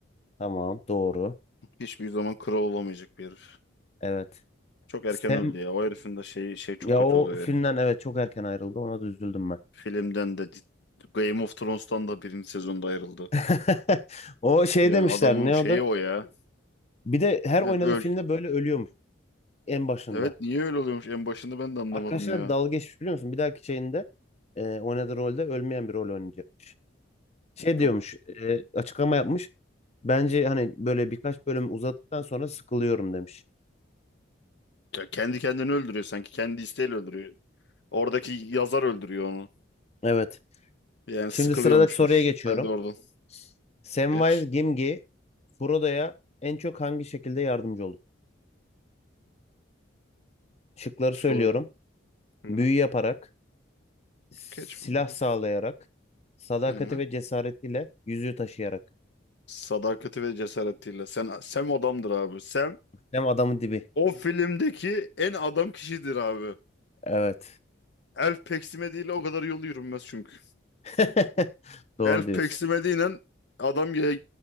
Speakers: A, on the left; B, on the left.
A: Tamam. Doğru.
B: Hiçbir zaman kral olamayacak bir herif.
A: Evet.
B: Çok erken
A: Sam
B: öldü ya. O herifin de şey, şey çok
A: ya
B: kötü
A: o
B: oluyor
A: filmden
B: yani.
A: evet çok erken ayrıldı. Ona da üzüldüm ben.
B: Filmden de Game of Thrones'tan da birinci sezonda ayrıldı.
A: <laughs> O şey
B: Yani
A: demişler
B: adamın
A: ne
B: şeyi
A: adı?
B: o ya.
A: Bir de her oynadığı
B: Yani öl.
A: filmde böyle ölüyormuş en başında.
B: Evet niye öyle oluyormuş en başında ben de anlamadım
A: Arkadaşlar
B: ya.
A: dalga geçmiş biliyor musun? Bir dahaki şeyinde e, oynadığı rolde ölmeyen bir rol oynayacakmış. Şey diyormuş,
B: Çok
A: e, açıklama yapmış. Bence hani böyle birkaç bölüm uzattıktan sonra sıkılıyorum demiş.
B: ya kendi kendini öldürüyor sanki. Kendi isteğiyle öldürüyor. Oradaki yazar öldürüyor onu.
A: Evet.
B: Yani
A: Şimdi
B: sıkılıyormuşmuş.
A: sıradaki soruya geçiyorum.
B: Hadi oradan.
A: Samwise
B: Geç.
A: Gamgee Frodo'ya en çok hangi şekilde yardımcı olur? Şıkları söylüyorum.
B: Söyle. Hı.
A: Büyü yaparak, silah
B: Geç bunları.
A: sağlayarak, sadakati
B: He.
A: ve cesaretiyle, yüzüğü taşıyarak.
B: Sadakati ve cesaretiyle. Sen Sem adamdır abi. Sem
A: Hem adamın dibi.
B: O filmdeki en adam kişidir abi.
A: Evet.
B: Elf peksime değil o kadar yol yürünmez çünkü.
A: <laughs> Doğru
B: Elf
A: diyorsun.
B: peksime değil lan, adam ya,